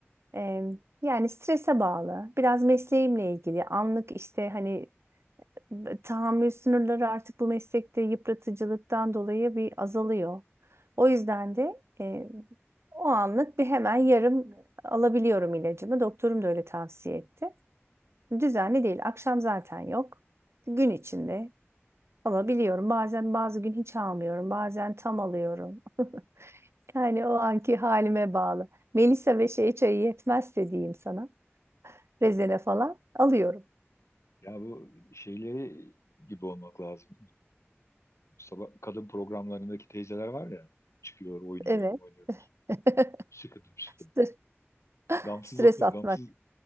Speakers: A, on the right; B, on the left.
A: E, yani strese bağlı, biraz mesleğimle ilgili, anlık işte hani b- tahammül sınırları artık bu meslekte yıpratıcılıktan dolayı bir azalıyor. O yüzden de e, o anlık bir hemen yarım alabiliyorum ilacımı. Doktorum da öyle tavsiye etti. Düzenli değil. Akşam zaten yok. Gün içinde alabiliyorum. Bazen bazı gün hiç almıyorum. Bazen tam alıyorum. <laughs> Yani o anki halime bağlı. Melisa ve şey çayı yetmezse diyeyim sana. Rezene falan alıyorum.
B: Ya bu şeyleri gibi olmak lazım. Sabah kadın programlarındaki teyzeler var ya, çıkıyor, oynuyorlar,
A: Evet.
B: oynuyorlar.
A: <laughs>
B: Sıkıdım, sıkıdım.
A: Stres
B: Gamsız
A: stres
B: olmak,
A: atmak.
B: <laughs> gamsız,